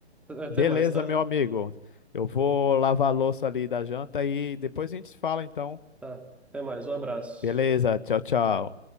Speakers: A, in the centre; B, on the left.
A: Até
B: Beleza,
A: mais, tá?
B: meu amigo. Eu vou lavar a louça ali da janta e depois a gente se fala então.
A: Tá, até mais, um abraço.
B: Beleza, tchau, tchau.